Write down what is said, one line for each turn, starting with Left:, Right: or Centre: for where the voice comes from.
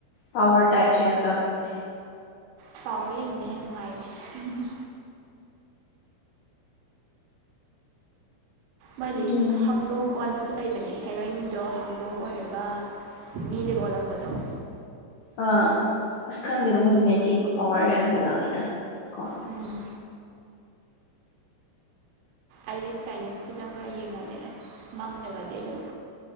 Left: ꯄꯋꯥꯔ ꯇꯦꯠꯁꯨ ꯌꯥꯝ ꯇꯧꯋꯦ ꯃꯣꯏꯁꯦ
Right: ꯆꯥꯎꯥꯎꯔ ꯌꯦꯡꯕꯅꯦ ꯑꯩ ꯅꯨꯡꯉꯥꯏꯗꯦ ꯃꯗꯤ
Left: ꯑꯗꯨꯏꯅꯤ
Right: ꯍꯪꯗꯣꯡ ꯑꯣꯟꯕꯁꯨ ꯂꯩꯕꯅꯤ ꯍꯦꯔꯣꯏꯟꯗꯣ ꯏꯗꯣꯡ ꯑꯣꯏꯔꯒ ꯃꯤꯗꯒꯤꯩ ꯑꯣꯜꯂꯛꯄꯗꯣ
Left: ꯑ ꯑꯁ ꯈꯪꯗꯦꯗꯣ ꯃꯣꯏꯗꯤ ꯃꯦꯖꯤꯛ ꯄꯋꯥꯔ ꯌꯥꯝ ꯇꯧꯋꯤꯗ ꯀꯣ
Right: ꯎꯝ ꯑꯩꯗꯤ ꯆꯥꯏꯅꯤꯁ ꯐꯤꯂꯝꯝꯒ ꯌꯦꯡꯉꯗꯤ ꯑꯁ ꯃꯥꯡꯖꯕꯗꯤ ꯑꯗꯨꯝ